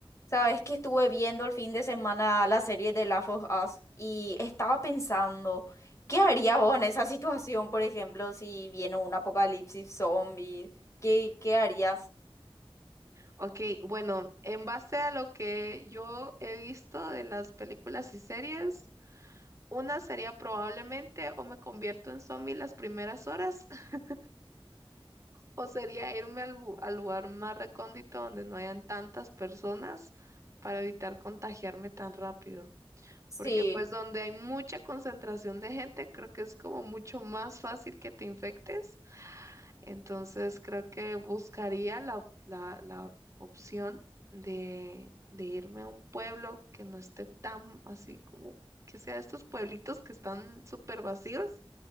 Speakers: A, on the left; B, on the right.
A: Sabes que estuve viendo el fin de semana la serie de Last of Us y estaba pensando, ¿qué haría vos en esa <laughs> situación, por ejemplo, si viene un apocalipsis zombie? ¿Qué, qué harías?
B: Ok, bueno, en base a lo que yo he visto de las películas y series, una sería probablemente o me convierto en zombie las primeras horas, <laughs> o sería irme al, bu- al lugar más recóndito donde no hayan tantas personas para evitar contagiarme tan rápido.
A: Sí,
B: Porque pues donde hay mucha concentración de gente, creo que es como mucho más fácil que te infectes. Entonces creo que buscaría la, op- la, la opción de, de irme a un pueblo que no esté tan así como que sea estos pueblitos que están súper vacíos